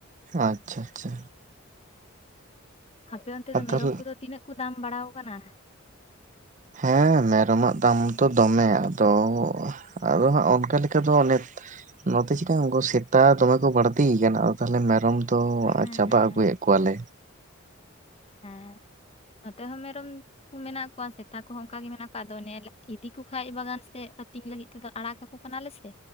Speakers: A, on the right; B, on the left.
A: ᱟᱪᱪᱷᱟ ᱟᱪᱪᱷᱟ᱾
B: ᱟᱯᱮ ᱚᱱᱛᱮ ᱫᱚ
A: ᱟᱨ
B: ᱢᱮᱨᱚᱢ
A: ᱛᱟᱦᱚᱞᱮ
B: ᱠᱚᱫᱚ ᱛᱤᱱᱟᱹᱜ ᱠᱚ ᱫᱟᱢ ᱵᱟᱲᱟᱣ ᱟᱠᱟᱱᱟ᱾ <inaudible>
A: ᱦᱮᱸ ᱢᱮᱨᱚᱢᱟᱜ ᱫᱟᱢ ᱫᱚ ᱫᱚᱢᱮ ᱟᱫᱚ, ᱟᱫᱚ ᱦᱟᱸᱜ ᱚᱱᱠᱟ ᱞᱮᱠᱟ ᱫᱚ ᱱᱤᱛ ᱱᱚᱛᱮ ᱪᱤᱠᱟ ᱩᱱᱠᱩ ᱥᱮᱛᱟ ᱫᱚᱢᱮ ᱠᱚ ᱵᱟᱹᱲᱛᱤᱭᱮᱱᱟ ᱛᱟᱦᱞᱮ ᱢᱮᱨᱚᱢ ᱛᱚ ᱟ
B: ᱦᱮᱸ
A: ᱪᱟᱵᱟ
B: ᱦᱮᱸ
A: ᱟᱹᱜᱩᱭᱮᱫ ᱠᱚᱣᱟᱞᱮ᱾
B: ᱦᱩᱸ᱾ ᱱᱚᱛᱮ ᱦᱚᱸ ᱢᱮᱨᱚᱢ ᱢᱮᱱᱟᱜ ᱠᱚᱣᱟ ᱥᱮᱛᱟ ᱠᱚᱦᱚᱸ ᱚᱱᱠᱟᱜ ᱜᱮ ᱢᱮᱱᱟᱜ ᱠᱚᱣᱟ ᱟᱫᱚ ᱚᱱᱮ ᱤᱫᱤ ᱠᱚ ᱠᱷᱟᱱ ᱵᱟᱜᱟᱱ ᱥᱮᱮᱫ ᱟᱹᱛᱤᱧ ᱞᱟᱹᱜᱤᱫ ᱛᱮᱫᱚ ᱟᱲᱟᱜ ᱠᱟᱠᱚ ᱵᱞᱮ ᱥᱮ